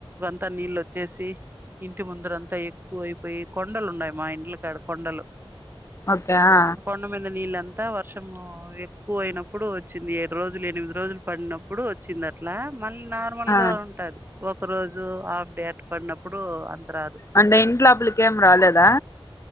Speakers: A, on the right; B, on the left.
A: త్త నీళ్ళు వచ్చేసి ఇంటి ముందర అంతా ఎక్కువ అయిపోయి కొండలు ఉన్నాయి మా ఇండ్ల కాడ కొండలు
B: ఓకే ఆ
A: కొండమీద నీళ్ళ తా వర్షము ఎ ఎక్కువ అయినప్పుడు వచ్చింది ఏడు రోజులు ఎనిమిది రోజులు పడినప్పుడు వచ్చింది అట్లా మళ్ళీ నార్మల్
B: ఆ
A: గా ఉంటది ఒక రోజు హాఫ్ డే పడినప్పుడు అంత రాదు
B: అంటే ఇంటీలోపలికి ఏం రాలేదా